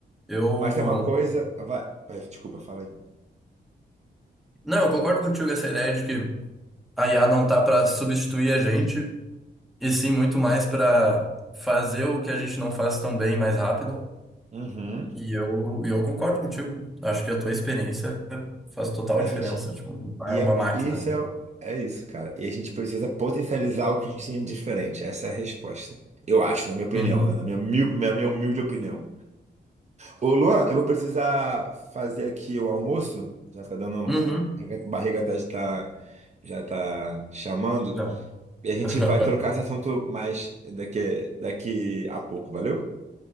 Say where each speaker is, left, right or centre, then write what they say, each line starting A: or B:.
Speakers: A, in the centre; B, on the right.
A: Eu,
B: Mas tem uma coisa. Vai, vai, desculpa, falei.
A: não, eu concordo contigo essa ideia de que a IA não tá para substituir a gente, e sim muito mais para fazer o que a gente não faz tão bem mais rápido.
B: Uhum.
A: E eu, e eu concordo contigo. Acho que a tua experiência faz total
B: A
A: diferença,
B: gente.
A: tipo, não
B: E
A: é uma
B: é,
A: máquina.
B: isso é, é isso, cara. E a gente precisa potencializar o que a gente tem de diferente. Essa é a resposta. Eu acho, na minha opinião,
A: Uhum.
B: né? Na minha, humil- minha, minha humilde opinião. Ô, Luan, eu vou precisar fazer aqui o almoço. Já tá dando.
A: Uhum.
B: A barriga tá, tá- já tá chamando.
A: Já.
B: E a gente
A: <laughs>
B: vai trocar esse assunto mais daqui, daqui a pouco, valeu?